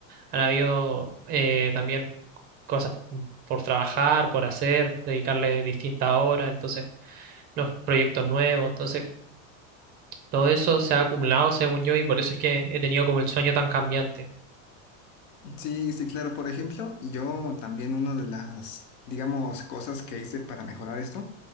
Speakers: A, on the right; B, on the left.
A: han habido eh, también cosas por trabajar, por hacer, dedicarle distintas horas, entonces los proyectos nuevos, entonces todo eso se ha acumulado según yo y por eso es que he tenido como el sueño tan cambiante.
B: Sí, sí, claro. Por ejemplo, yo también una de las, digamos, cosas que hice para mejorar esto,